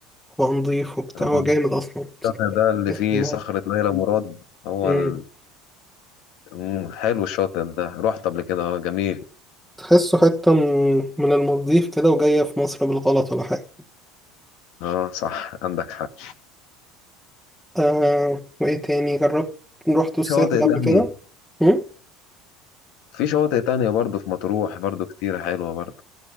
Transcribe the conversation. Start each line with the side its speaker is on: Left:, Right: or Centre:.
Centre: وبقى نضيف وبتاع
Left: آه،
Centre: هو جامد أصلا
Left: الشاطئ
Centre: بصراحة.
Left: ده اللي
Centre: تحس
Left: فيه
Centre: إن
Left: صخرة
Centre: هو-
Left: ليلى مراد هو
Centre: مم.
Left: ال... مم، حلو الشاطئ ده رحت قبل كده اه جميل
Centre: تحسه حتة من من المالديف كده وجاية في مصر بالغلط ولا حاجة
Left: اه صح عندك حق
Centre: آه وإيه تاني جربت روحتوا الساحل
Left: في شواطئ تانية
Centre: قبل كده؟ مم؟
Left: في شواطئ تانية برضه في مطروح برضه كتيرة حلوة برضه